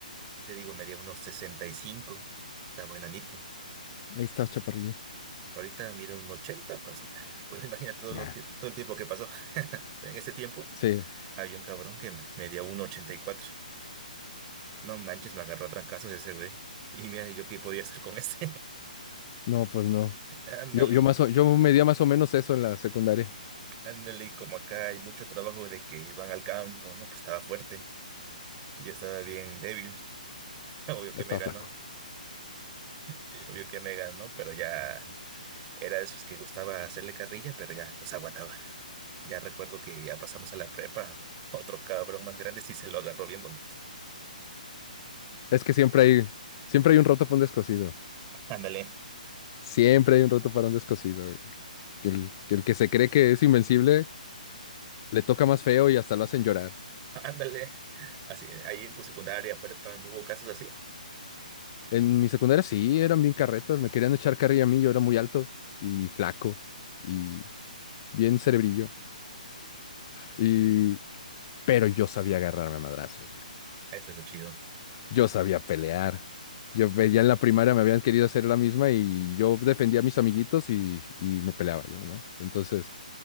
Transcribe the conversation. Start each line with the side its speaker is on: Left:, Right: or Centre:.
Right: Te digo, medía unos sesenta y cinco Estaba enanito.
Left: Ahí está, chaparrillo.
Right: Ahorita mido un 80 pues, <laughs> pues imagina todo, lo,
Left: Ah,
Right: ti- todo el tiempo que pasó. <laughs> En ese tiempo
Left: sí.
Right: había un cabrón que medía un ochenta y cuatro No manches, me agarró a trancazos ese güey. Y mira, yo qué podía hacer con ese.
Left: No, pues no.
Right: <laughs> Ándale,
Left: Yo, yo más o- yo medía más o menos eso en la secundaria.
Right: ándale, como acá hay mucho trabajo de que van al campo, ¿no? Pues estaba fuerte. y Yo estaba bien débil. <laughs> Obvio que
Left: Estaba
Right: me ganó.
Left: flaco.
Right: eh, vio que me ganó, pero ya era de esos que gustaba hacerle carrilla, pero ya no se aguantaba. Ya recuerdo que ya pasamos a la prepa. <laughs> Otro cabrón más grande sí se lo agarró bien bonito.
Left: Es que siempre hay, siempre hay un roto para un descosido.
Right: Ándale.
Left: Siempre hay un roto para un descosido. que el, que el que se cree que es invencible le toca más feo y hasta lo hacen llorar.
Right: Ándale. Así, ahí en tu secundaria, prepa, ¿no hubo casos así?
Left: En mi secundaria sí, eran bien carretas, me querían echar carrilla a mí, yo era muy alto y flaco y bien cerebrillo. Y... Pero yo sabía agarrarme a madrazos, güey.
Right: Eso es lo chido.
Left: yo sabía pelear. Yo ve- ya en la primaria me habían querido hacer la misma y yo defendía a mis amiguitos y, y me peleaba yo, ¿no? Entonces,